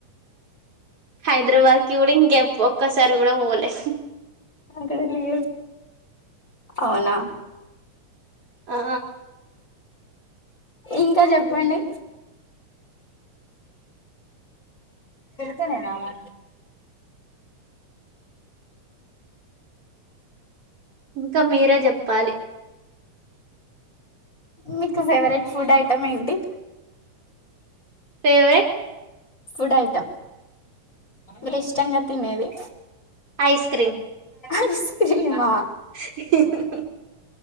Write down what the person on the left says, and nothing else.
అక్కడ లేదు అవునా
ఇంకా చెప్ ప్పండి ఫతనేనా అమా
మీకు ఫేవరెట్ ఫుడ్ ఐటం ఏంటి?
ఫుడ్ ఐటం మిరు ఇష్టంగ తినేది
ఐస్ క్రీమా